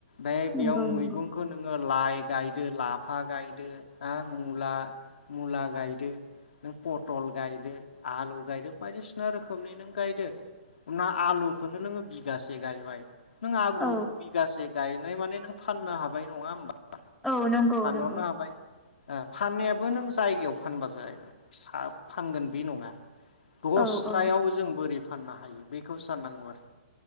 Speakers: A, on the left (about 65°); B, in the centre.
A: बाय
B: नंगौ
A: बेयाव मैगंखौ
B: नंगौ
A: नोङो लाइ गायदो लाफा गायदो हा मुला मुला गायदो नों पटल गायदो आलु गायदो बायदिसिना रोखोमनि नों गायदो हमना आलुखौ नोङो बिगासे गायबाय नों आब्रुखु
B: औ
A: बिगासे गायनाय माने नों फाननो हाबाय नङा होमबा
B: औ नंगौ
A: फानहरनो
B: नंगौ
A: हाबाय ओ फाननायाबो नों जायगायाव फानबा जानाय नङा सा फानगोन बे नङा दस्रायाव
B: औ औ
A: जों बोरै फान फाननो हायो बेखौ साननांगौ आरो